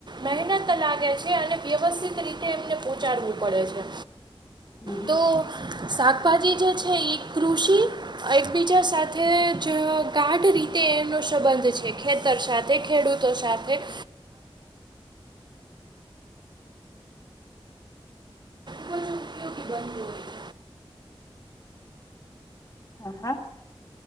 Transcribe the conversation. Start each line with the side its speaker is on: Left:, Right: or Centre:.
Right: મહેનત લાગે છે અને વ્યવસ્થિત રીતે એમને પહોંચાડવું. પડે છે‌.
Left: હમ હમ.
Right: તો શાકભાજી જે છે એ કૃષિ એકબીજા સાથે ગાઢ રીતે એનો સંબંધ છે ખેતર સાથે ખેડૂતો સાથેટ બજું યોગી બનતું હોય છે.
Left: હા હા